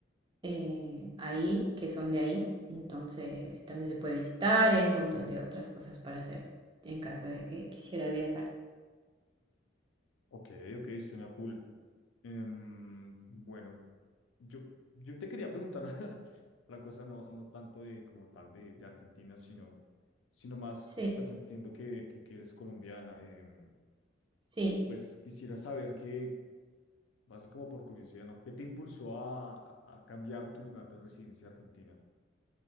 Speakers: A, on the right; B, on the left.
A: eh, ahí, que son de ahí. Entonces, también se puede visitar y hay un montón de otras cosas para hacer en caso de que quisieras viajar.
B: Ok, ok, suena cool. Em, bueno, yo, yo te quería preguntar <laughs> otra cosa, no, no tanto de como tal de, de Argentina, sino, sino más,
A: Sí,
B: pues entiendo que, que, que eres colombiana. em,
A: sí.
B: pues quisiera saber que, así como por curiosidad, ¿no? ¿Qué te impulsó a, a a cambiar tu lugar de residencia a Argentina?